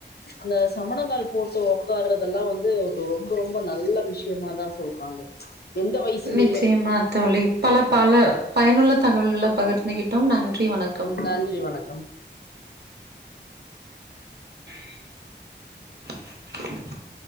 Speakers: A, on the left; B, on the right.
A: அந்த சம்மணங்கால் போட்டு ஒக்காறதெல்லா வந்து ஒரு ரொம் ரொம்ப ரொம்ப நல்ல விஷயமா தா சொல்றாங்க எந்த வயசுலயுமே
B: நிச்சயமா தோழி பல பல பயனுள்ள தகவல்கள பகிர்ந்துகிட்டோம் நன்றி வணக்
A: நன்றி வணக்கம்
B: <unintelligible> <inaudible>